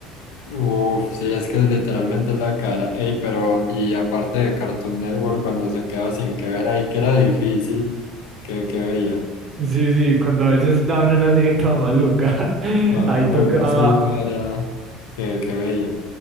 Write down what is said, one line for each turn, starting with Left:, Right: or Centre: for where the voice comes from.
Left: Uf, sí, es que literalmente es la cara. Ey, pero y aparte de Cartoon Network, cuando se quedaba sin que ver ahí, que era difícil, que, que veía.
Right: Sí, sí, cuando a veces daban una serie toda maluca, <laughs>
Left: Ajá,
Right: ahí tocaba.
Left: una serie rara, que, que veía.